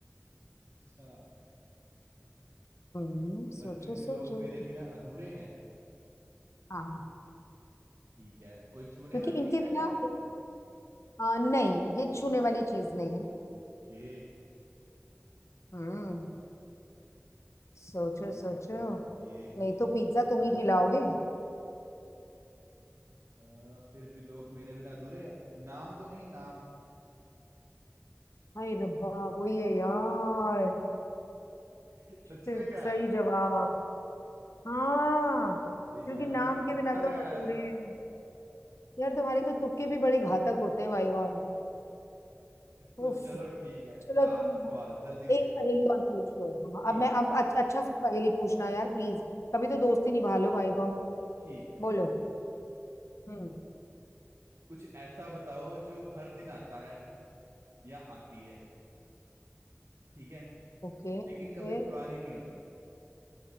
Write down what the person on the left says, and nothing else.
हम्म, सोचो
सोचो
हाँ
क्योंकि
इनके
बिना
आ, नहीं ये छूने वाली चीज नहीं है
हम्म सोचो
सोचो
नहीं
तो
पिज्जा
तुम ही
खिलाओगे
हाय रब्बा वही है यार
शिट,
सही जवाब हाँ
क्योंकि नाम
के
बिना तो
हम अधूरे हैं यार तुम्हारे तो तुक्के भी बड़े घातक होते हैं माय गॉड
उफ
चलो
तुम
एक
पहेली और पूछ लो तुम अब
मैं अब अच्छा, अच्छा सा पहेली पूछना यार प्लीज कभी तो दोस्ती निभा लो माय गॉड
बोलो हम्म
ओके फिर